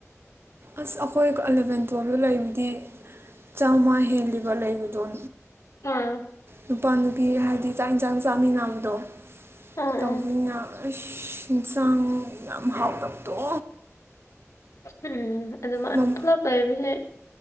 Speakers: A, on the right; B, on the left.
A: ꯑꯁ ꯑꯩꯈꯣꯏ ꯑꯦꯂꯚꯦꯟ ꯇꯨꯌꯦꯜꯞꯇ ꯂꯩꯕꯗꯤ ꯆꯥꯝꯃꯉꯥ ꯍꯦꯜꯂꯤꯕ ꯂꯩꯕꯗꯣ
B: ꯑꯝ
A: ꯅꯨꯄꯥ ꯅꯨꯄꯤ ꯍꯥꯏꯗꯤ ꯆꯥꯛ ꯌꯦꯟꯁꯥꯡ ꯆꯥꯃꯤꯟꯅꯕꯗꯣ
B: ꯎꯝ
A: ꯇꯧꯃꯤꯅ
B: ꯎꯝ
A: ꯑꯁ ꯏꯟꯁꯥꯡ ꯌꯥꯝ ꯍꯥꯎꯇꯕꯗꯣ
B: ꯎꯝ ꯑꯗꯨꯃꯥꯏ
A: ꯎꯝ
B: ꯄꯨꯂꯞ ꯂꯩꯕꯁꯦ